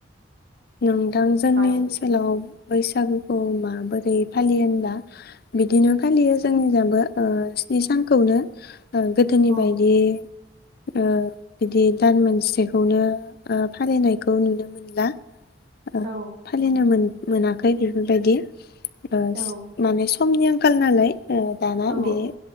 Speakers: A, on the left; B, on the right.
A: नोंथां जोंनि
B: मारै
A: ओनसोलाव बैसागुखौ माबोरै फालियो होनबा बिदिनो फालियो जोंनिजाबो ओ स्नि सानखौनो गोदोनि
B: औ
A: बायदि ओ बिदि दान मोनसेखौनो ओ फालिनायखौ नुनो मोनला आरो
B: औ
A: फालिनोमोन मोनाखै बेफोरबायदि ओस
B: औ
A: मानेस समनि आंखाल नालाय ओ दाना
B: औ
A: बे